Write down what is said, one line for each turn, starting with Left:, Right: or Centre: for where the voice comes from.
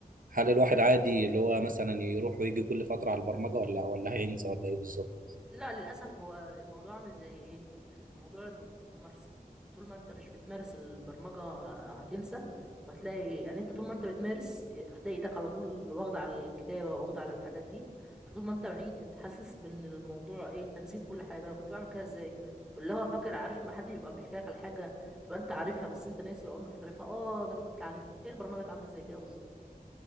Right: هل الواحد عادي اللي هو مثلا يروح ويجي كل فترة على البرمجة ولا ولا هينسى ولا ايه بالظبط
Centre: لا للأسف هو الموضوع عامل زي ايه الموضوع بيبقى ممارسة طول ما انت مش بتمارس البرمجة هتنسى وهتلاقي يعني انت طول ما انت بتمارس هتلاقي ايدك على طول واخدة على الكتابة واخدة على الحاجات دي فطول ما انت بعيد انت حاسس بان الموضوع ايه انت نسيت كل حاجة انا كنت بعمل كده ازاي واللي هو فاكر عارف ما حد يبقى بيحكي لك على حاجة تبقى انت عارفها بس انت ناسي اول ما تعرفها اه ده انا كنت عارفها ايه البرمجة عاملة زي كده بالظبط